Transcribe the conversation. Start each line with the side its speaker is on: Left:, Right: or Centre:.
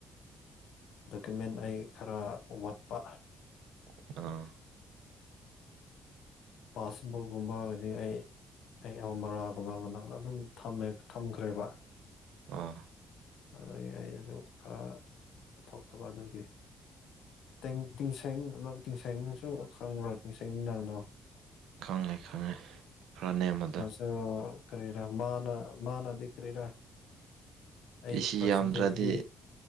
Left: ꯗꯣꯀꯨꯃꯦꯟ ꯑꯩ ꯈꯔ ꯋꯥꯠꯄ
Right: <unintelligible>
Left: ꯄꯥꯁꯕꯨꯛꯀꯨꯝꯕ ꯍꯥꯏꯗꯤ ꯑꯩ ꯑꯩ ꯑ ꯃꯔꯥꯒꯨꯝꯕ ꯃꯅꯥ ꯑꯗꯨꯝ ꯊꯝꯃꯦ ꯊꯝꯈ꯭ꯔꯦꯕ
Right: <unintelligible>
Left: ꯑꯗꯨ ꯑꯩ ꯑꯗꯨ ꯈꯔ ꯄꯨꯊꯣꯛꯇꯕ ꯑꯗꯨꯒꯤ ꯇꯦꯡ ꯇꯤꯡꯁꯪ ꯇꯤꯡꯁꯪꯗꯨꯁꯨ ꯈꯪꯕ꯭ꯔꯣ ꯇꯤꯡꯁꯪ ꯅꯪꯗꯣ
Right: ꯈꯪꯉꯦ -ꯈꯪꯉꯦ ꯈꯔ ꯅꯦꯝꯃꯗꯣ
Left: ꯑ ꯀꯔꯤꯔꯥ ꯃꯥꯅ ꯃꯥꯅꯗꯤ ꯀꯔꯤꯔꯥ ꯑꯩ
Right: ꯄꯤꯁꯤ
Left: ꯄꯥꯔꯁꯦꯟꯇꯦꯖꯗꯤ
Right: ꯌꯥꯝꯗ꯭ꯔꯗꯤ